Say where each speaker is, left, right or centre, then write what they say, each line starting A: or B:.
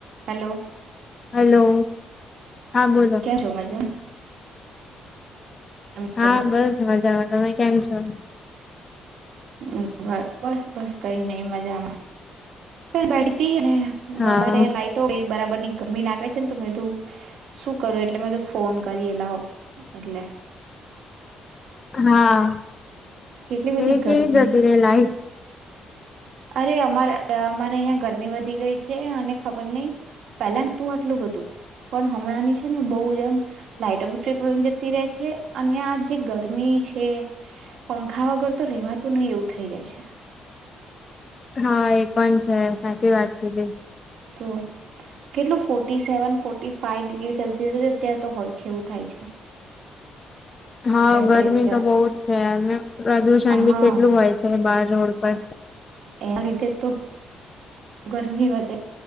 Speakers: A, on the right; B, on the left.
A: Hello
B: hello હા બોલો
A: કેમ છો મજામાં કેમ
B: હા
A: છો
B: બસ મજામાં તમે કેમ છો
A: હુ હ બસ-બસ. કઈ નઈ મજામાં કઈ બેઠતી ને
B: હા
A: અમારે અયા લાઈટો બરાબર ની ગમી લાગે છે ને તો કીધું શું કરું એટલે મે ફોન કરી લાવ એટલે
B: હા
A: કેટલી બધી
B: એવી
A: ગરમી
B: કેવી જતી રે લાઈટ
A: અરે અમારે અહીંયા અમારે અહીંયા ગરમી વધ વધી ગઈ છે અને ખબર નહિ પેલા નતું આટલું બધું પણ હમણાં ની છે ને બહુ એમ લાઈટ ફટ લઈને જતી રહે છે અને આ જે ગરમી છે સી પંખા વગર તો રહેવાતું નહી એવું થઇ જાય છે. <inaudible>
B: હા એ પણ છે સાચી વાત છે તે
A: તો કેટલું forty seven forty five degree Celsius અત્યારે તો હોય છે એવું થાય છે.
B: હા
A: ટેમ્પરેચર
B: ગરમી તો બહુ જ છે અને પ્રદુષણ
A: હા
B: બી કેટલું હોય છે બાર રોડ પર
A: એના લીધે તો ગરમી વધે